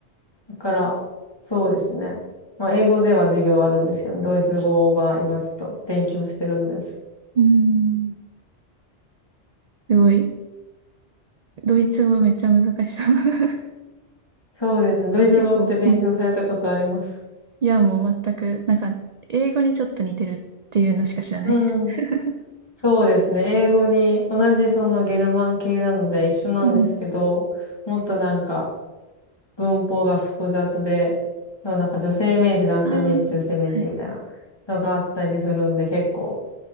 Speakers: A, on the left; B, on the right.
A: だから、そうですね。まあ、英語では授業あるんですけど、ドイツ語は今ちょっと勉強してるんです。
B: うん。すごい。ドイツ語めっちゃ難しそう。<laughs>
A: そうですね。ドイツ語って勉強されたことあります。
B: 結構、うん。いや、もう全く、なんか、英語にちょっと似てるっていうのしか知らないです。
A: うん
B: <laughs>
A: そうですね。英語に、同じそのゲルマン系なので一緒なんですけど、
B: うん。
A: もっとなんか文法が複雑で、なんか女性名詞、男性名詞、
B: ああ、
A: 中性名詞みたいなのがあったりするんで、
B: はい。
A: 結構